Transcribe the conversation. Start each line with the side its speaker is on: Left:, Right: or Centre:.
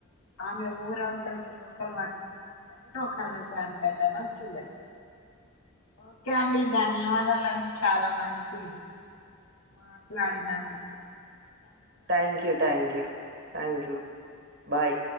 Left: ఆమె ఊర అవతలకి రోకలు పట్టుకని పోయిందని రోకల శాంపేట వచ్చిందట ఓకే అండి ధన్య వాదాలండి చాలా మంచి మాట్లాడినందుకు
Right: thank you thank you thank you bye